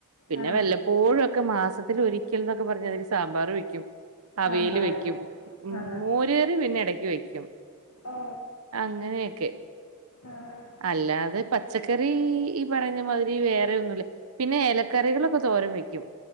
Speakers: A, on the right; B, on the left.
A: പിന്നെ
B: ആ
A: വല്ലപ്പോഴു ഒക്കെ മാസത്തിൽ ഒരിക്കൽ ന്നൊക്കെ പർഞ്തിന് സാമ്പാർ വെയ്ക്കും അവിയല്
B: സാമ്പാറുള്ളോ
A: വെയ്ക്കും ഉം
B: ആ
A: മോര്കറി പിന്നെ എടക്ക് വെയ്ക്കും
B: ഓ
A: അങ്ങനെയൊക്കെ
B: ആഹ്
A: അല്ലാതെ പച്ചക്കറി ഈ പറഞ്ഞ മാതിരി വേറെ ഒന്നുല്ല പിന്നെ ഏലക്കറികളൊക്കെ തോര ൻ വെയ്ക്കും